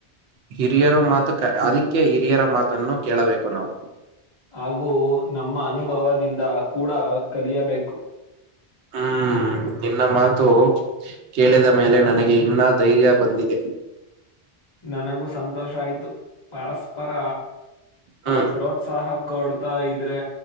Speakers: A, on the right (about 80°); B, on the left (about 40°).
A: ಹಿರಿಯರ ಮಾತು ಕ ಅದಕ್ಕೆ ಹಿರಿಯರ ಮಾತನ್ನು ಕೇಳಬೇಕು ನಾವು
B: ಹಾಗೂ ನಮ್ಮ ಅನುಭವದಿಂದ ಕೂಡ ಕಲಿಯಬೇಕು.
A: ಹ್ಮ್ ನಿನ್ನ ಮಾತು ಕೇಳಿದ ಮೇಲೆ ನನಗೆ ಇನ್ನ ಧೈರ್ಯ ಬಂದಿದೆ.
B: ನನಗೂ ಸಂತೋಷ ಆಯ್ತು ಪರಸ್ಪರ
A: ಹ್ಮ್
B: ಆ ಪ್ರೋತ್ಸಾಹ ಕೊಡ್ತಾ ಇದ್ರೆ